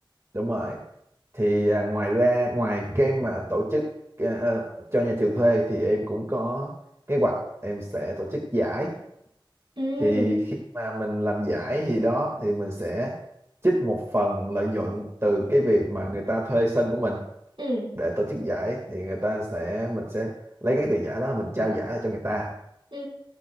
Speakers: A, on the right; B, on the right.
A: đúng rồi thì à, ngoài ra ngoài cái mà tổ chức à, à, cho nhà trường thuê thì em cũng có kế hoạch em sẽ tổ chức giải
B: ừ
A: thì khi mà mình làm giải thì đó thì mình sẽ trích một phần lợi nhuận từ cái việc mà người ta thuê sân của mình
B: ừ
A: để tổ chức giải thì người ta sẽ mình sẽ lấy cái tiền giải đó mình trao giải lại cho người ta
B: ừ